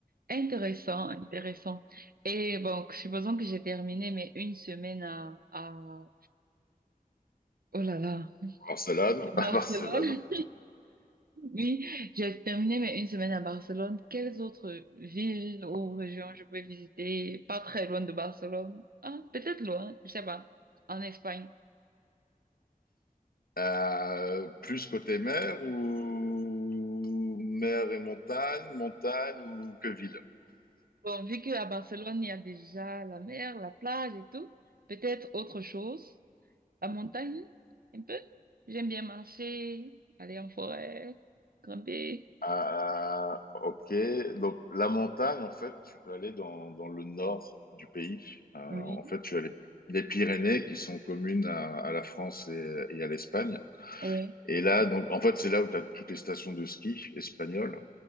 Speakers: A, on the right; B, on the left.
A: Intéressant, intéressant. Et bon, supposons que j'ai terminé mes une semaine à, à... Oh là là,
B: Barcelone,
A: à
B: <laughs> à
A: Barcelone.
B: Barcelone,
A: <laughs> Oui, j'ai terminé mes une semaine à Barcelone. Quelles autres villes ou régions je peux visiter? Pas très loin de Barcelone. Ah, peut-être loin, je sais pas. En Espagne.
B: Euh, plus côté mer ou mer et montagne, montagne ou que ville?
A: Bon, vu qu'à Barcelone, il y a déjà la mer, la plage et tout, peut-être autre chose. La montagne, un peu. J'aime bien marcher, aller en forêt, grimper.
B: Euh, ok, donc la montagne, en fait, tu peux aller dans, dans le nord du pays. Euh,
A: Oui,
B: en fait, tu as les, les Pyrénées qui sont communes à, à la France et, et à l'Espagne.
A: oui,
B: Et là, donc, en fait, c'est là où tu as toutes les stations de ski espagnoles.